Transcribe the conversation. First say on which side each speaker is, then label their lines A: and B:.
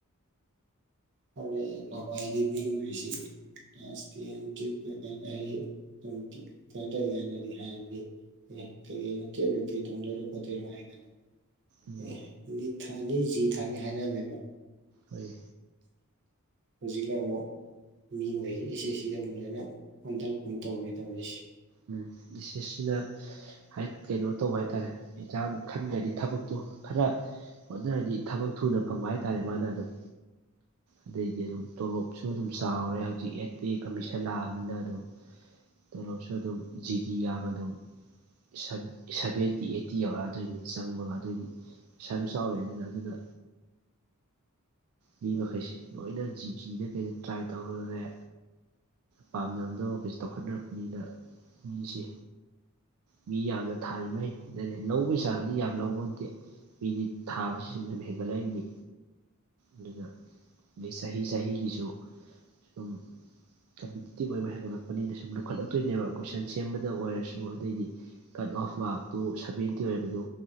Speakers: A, on the right; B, on the right.
A: <unintelligible> <unintelligible> ꯑꯦ ꯀꯩ ꯀꯩꯅꯣ ꯇ꯭ꯋꯦꯂꯐ ꯂꯣꯏꯔ ꯀꯩ ꯇꯝꯗꯣꯏꯅꯣ ꯈꯣꯠꯇꯣꯏꯅꯣ ꯍꯥꯏ ꯀꯥꯟꯗ
B: ꯎꯝ
A: ꯑꯦ ꯅꯤꯠ ꯊꯥꯅꯤ ꯖꯤ ꯊꯥꯅꯤ ꯍꯥꯏꯅꯔꯝꯃꯦꯕ
B: ꯍꯣꯏ
A: ꯍꯧꯖꯤꯛꯅ ꯑꯃꯨꯛ ꯃꯤ ꯃꯈꯩꯁꯦ ꯁꯦꯁ ꯁꯦꯁ ꯁꯤꯗ ꯑꯃꯨꯛ ꯂꯣꯏꯅ ꯑꯣꯟꯗꯔꯛꯄꯒꯨꯝ ꯇꯧꯋꯦ ꯇꯧꯔꯤꯁꯦ
B: ꯎꯝ ꯗꯤꯁꯤꯁꯁꯤꯅ ꯍꯥꯏꯠ ꯀꯩꯅꯣ ꯇꯧꯕ ꯍꯥꯏꯇꯥꯔꯦ ꯑꯦꯛꯖꯥꯝ ꯈꯟꯒ꯭ꯔꯗꯤ ꯊꯕꯛꯇꯣ ꯈꯔ ꯍꯣꯠꯅꯔꯗꯤ ꯊꯕꯛ ꯊꯨꯅ ꯐꯪꯕ ꯍꯥꯏꯇꯥꯔꯦ ꯃꯥꯅ ꯑꯗꯨꯝ ꯑꯗꯩꯗꯤ ꯑꯗꯨꯝ ꯇꯣꯂꯣꯞꯁꯨ ꯑꯗꯨꯝ ꯆꯥꯎꯔꯦ ꯍꯧꯖꯤꯛ ꯑꯦꯠ ꯄꯦ ꯀꯃꯤꯁꯟ ꯂꯥꯛꯑꯕꯅꯤꯅ ꯑꯗꯨꯝ ꯇꯣꯂꯣꯞꯁꯨ ꯑꯗꯨꯝ ꯖꯤꯗꯤꯌꯥꯕ ꯑꯗꯨꯝ <unintelligible> ꯁꯚꯦꯟꯇꯤ ꯑꯩꯠꯇꯤ ꯌꯧꯔꯛꯑꯗꯣꯏꯅꯤ ꯆꯪꯕꯒꯗꯣꯏꯅꯤ ꯄꯩꯁꯥꯗꯨ ꯆꯥꯎꯋꯦ ꯑꯗꯨꯅ ꯑꯗꯨꯅ ꯃꯤ ꯃꯈꯩꯁꯦ ꯂꯣꯏꯅ ꯖꯤ ꯖꯤꯗ ꯀꯩꯗ ꯇ꯭ꯔꯥꯏ ꯇꯧꯔꯨꯔꯦ ꯄꯥꯝꯅꯔꯝꯕꯗꯕ ꯈꯩꯁꯨ ꯇꯧꯈꯠꯅꯔꯛꯄꯅꯤꯅ ꯃꯤꯁꯦ ꯃꯤ ꯌꯥꯝꯅ ꯊꯥꯔꯤꯉꯩ ꯑꯗꯅꯦ ꯂꯧꯕꯒꯤ ꯆꯥꯡꯗꯤ ꯌꯥꯝ ꯂꯧꯕ ꯅꯠꯇꯦ ꯃꯤꯗꯤ ꯊꯥꯕꯁꯤ ꯁꯨꯨꯝꯁꯨꯝ ꯍꯦꯟꯒꯠꯂꯛꯏꯝꯅꯤ ꯑꯗꯨꯅ ꯑꯗꯩ ꯆꯍꯤ ꯆꯍꯤꯒꯤꯁꯨ ꯁꯨꯝ ꯀꯝꯄꯤꯇꯤꯇꯤꯞ ꯑꯣꯏꯕ ꯍꯦꯟꯒꯠꯂꯛꯄꯅꯤꯅ ꯁꯨꯝ ꯂꯨꯈꯠꯂꯛꯇꯣꯏꯅꯦꯕ ꯀꯣꯏꯁꯟ ꯁꯦꯝꯕꯗ ꯑꯣꯏꯔꯁꯨ ꯑꯗꯩꯗꯤ ꯀꯠ ꯑꯣꯐ ꯃꯥꯔꯛꯇꯨ ꯁꯚꯦꯟꯇꯤ ꯑꯣꯏꯔꯝꯃꯤꯗꯨ